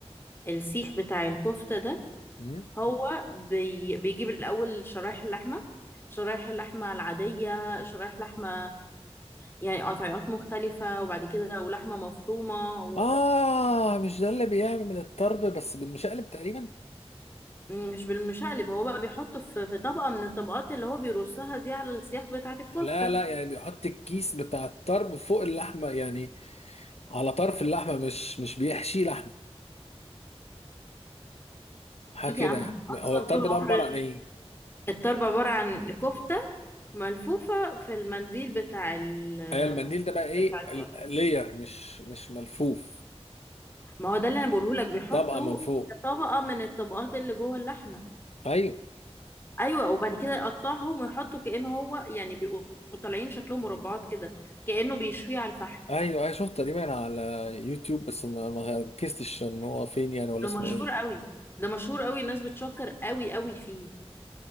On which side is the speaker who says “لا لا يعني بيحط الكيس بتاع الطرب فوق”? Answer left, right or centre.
Left